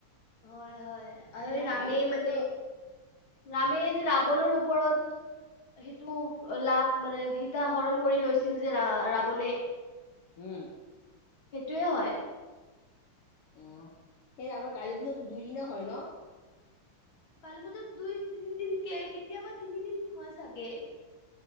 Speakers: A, on the left (about 65°); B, on the left (about 85°).
A: হয় হয় আৰু ৰামে
B: কালী পূজাতো
A: মানে ৰামে যে ৰাৱণৰ ওপৰত সেইটো লাভ মানে সীতা হৰণ কৰি লৈছিল যে ৰা ৰাৱণে
B: উম
A: সেইটোয়ে হয়
B: অ সেই আমাৰ কালী পূজাতো দুইদিনা হয় ন
A: কালি বজাত দুই তিনিদিন কে কেতিয়াবা তিনিদিন হয় চাগে